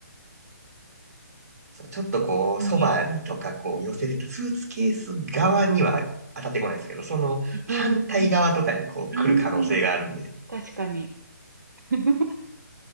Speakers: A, on the right; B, on the right.
A: そうちょっとこう、
B: うんうん
A: そばにとかこう寄せてたスーツケース側には当たってこないんですけど、その反対側とかにこう来る可能性があるんで、
B: うんうん。うん確かに。<laughs>